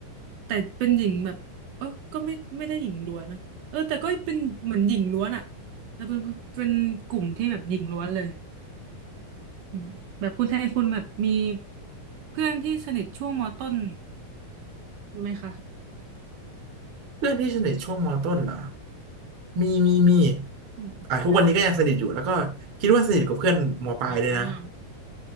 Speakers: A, on the right (about 70°); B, on the right (about 45°).
A: แต่เป็นหญิงแบบเออก็ไม่ไม่ได้หญิงล้วนนะเออแต่ก็เป็นเหมือนหญิงล้วนอะแล้วเป็นเป็นกลุ่มที่แบบหญิงล้วนเลย อืมแบบคุณแทนคุณแบบมีเพื่อนที่สนิทช่วงมต้นไหมคะ
B: เพื่อนที่สนิทช่วงมต้นเหรอมีมีมี
A: อืมใช่
B: อ่ะทุกวันนี้ก็ยังสนิทอยู่แล้วก็คิดว่าสนิทกับเพื่อนมปลายด้วยนะ
A: อ่า